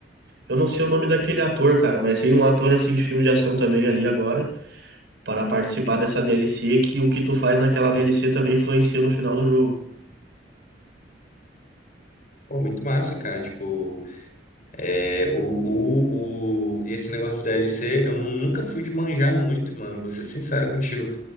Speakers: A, on the right (about 65°); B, on the left (about 45°).
A: eu não sei o nome daquele ator, cara, mas tem um ator assim de filme de ação também ali agora para participar dessa DLC que o que tu faz naquela DLC também influencia no final do jogo.
B: Pô, muito massa, cara. Tipo, é, o, o, o- e esse negócio do DLC, eu nu- nunca fui de manjar muito, mano. Vou ser sincero contigo.